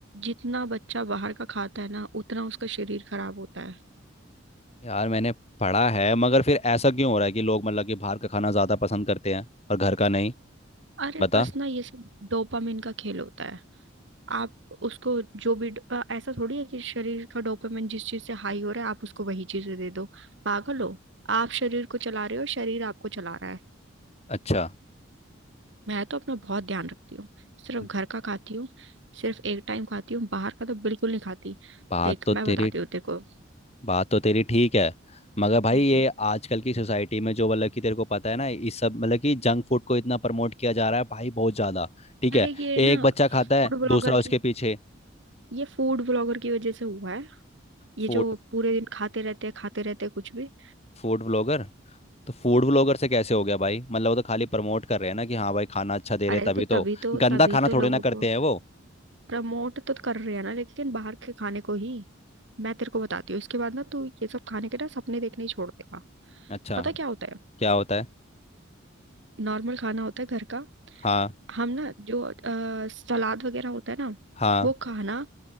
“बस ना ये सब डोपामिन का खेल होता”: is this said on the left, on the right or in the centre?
Right